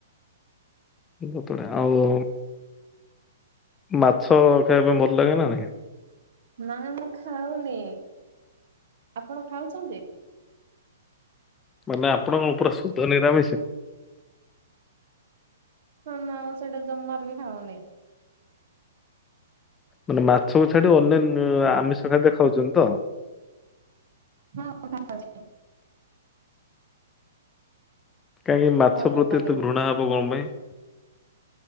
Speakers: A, on the left; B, on the right.
A: ବହୁତ୍ ବଢିଆ ଆଉ। ମାଛ ଖାଇବା ପାଇଁ ଭଲ ଲାଗେ ନା ନାଇଁ?
B: ନାଇ ମୁଁ ଖାଉନି। ଆପଣ ଖାଉଛନ୍ତି?
A: ମାନେ ଆପଣ କଣ ଉପର ଶୁଦ୍ଧ ନିରାମିଷି!
B: ହ ନା ମୁ ସେଟା ଜମାରୁ ବି ଖାଉନି।
A: ମାନେ ମାଛକୁ ଛାଡି ଅନ୍ୟାନ୍ୟ ଆମିଷ ଖାଦ୍ୟ ଖାଉଛନ୍ତି ତ!
B: ହଁ ଖାଉଚି।
A: କାହିଁକି ମାଛ
B: ଭଲ
A: ପ୍ରତି
B: ଲାଗେନି
A: ଏତେ ଘୃଣା ହବ କଣ ପାଇଁ?